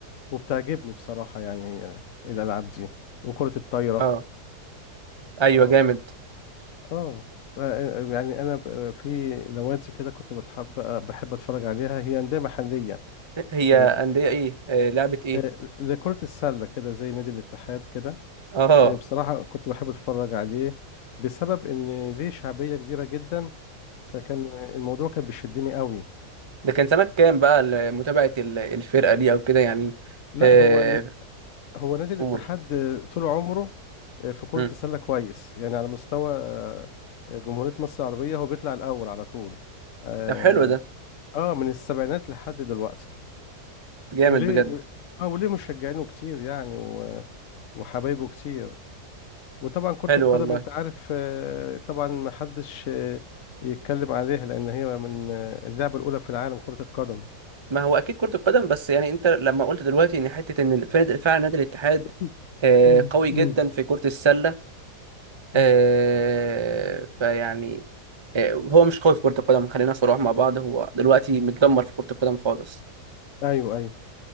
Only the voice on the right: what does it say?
اه ايوه
جامد
هي
انديه
ايه أه لعبه ايه
اه
ده كان سنة كام بقى ل- متابعة ال- الفرقة دي أو كده يعني
آه،
قول
مم.
طب حلو ده
جامد
بجد
حلو
والله
ما هو أكيد كرة القدم بس يعني أنت لما قلت دلوقتي إن حتة إن فرد- فعلا نادي الاتحاد
آه،
قوي
جدا في كرة السلة آه،
فيعني آه، هو مش قوي في كرة القدم خلينا صراحة مع بعض هو دلوقتي متدمر في كرة القدم خالص